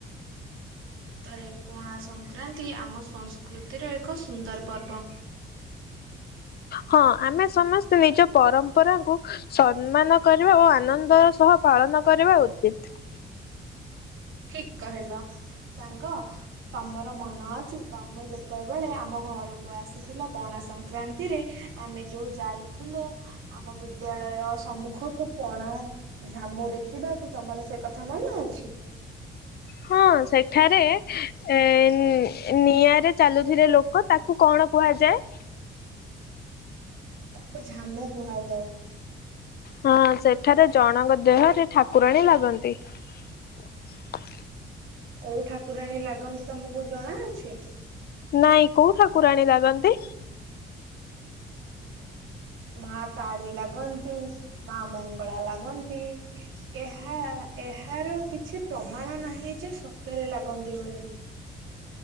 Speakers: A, on the right; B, on the left.
A: ସତରେ ପଣା ସଂକ୍ରାନ୍ତି ଆମ ସଂସ୍କୃତିର ଏକ ସୁନ୍ଦର ପର୍ବ।
B: ହଁ ଆମେ ସମସ୍ତେ ନିଜ ପରମ୍ପରାଙ୍କୁ ସମ୍ମାନ କରିବା ଓ ଆନନ୍ଦର ସ ଏହା ପାଳନ କରିବା ଉଚିତ।
A: ଠିକ କହିଲ ସାଙ୍ଗ ତମର ମନ ଅଛି ତମେ ଯେତେବେଳେ ଆମ ଘରକୁ ଆସିଥିଲ ପଣା ସଂକ୍ରାନ୍ତିରେ ଆମେ ଯୋଉ ଯାଇଥିଲେ ଆମ ବିଦ୍ୟାଳୟ ଏଅ ସମ୍ମୁଖକୁ ପଣା ଝାମୁ ଦେଖିବାକୁ ତମର ସେ କଥା ମନେ ଅଛି?
B: ହଁ ସେଠାରେ ଏ ନି ନିଆଁରେ ଚାଲୁଥିଲେ ଲୋକ ତାକୁ କଣ କୁହା ହାଯାଏ
A: ତାକୁ ଝାମୁ କୁହାଯାଏ।
B: ହଁ ସେଠାରେ ଜଣଙ୍କ ଦେହରେ ଠାକୁରାଣୀ ଲାଗନ୍ତି। <inaudible>
A: କୋଉ ଠାକୁରାଣୀ ଲାଗନ୍ତି ତମକୁ ଜଣାଅଛି?
B: ନାଇଁ କୋଉ ଠାକୁରାଣୀ ଲାଗନ୍ତି?
A: ମା କାଳୀ ଲାଗନ୍ତି, ମା ମଙ୍ଗଳା ଲାଗନ୍ତି। ଏହା ଏହାର କିଛି ପ୍ରମାଣ ନାହିଁ ଯେସ୍ ସତରେ ଲାଗନ୍ତି ବୋଲି।